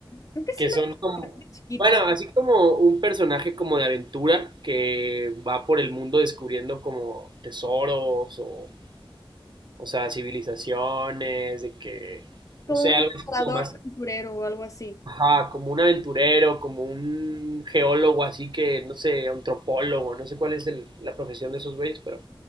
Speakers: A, on the left (about 40°); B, on the right (about 60°).
A: creo que sí
B: que
A: la
B: son como,
A: era chiquita.
B: bueno, así como un personaje como de aventura que va por el mundo descubriendo como tesoros o, o sea, civilizaciones, de que,
A: como
B: no sé,
A: un
B: algo
A: explorador
B: así como más,
A: aventurero o algo así.
B: ajá, como un aventurero, como un geólogo así que, no sé, antropólogo, no sé cuál es el- la profesión de esos güeyes, pero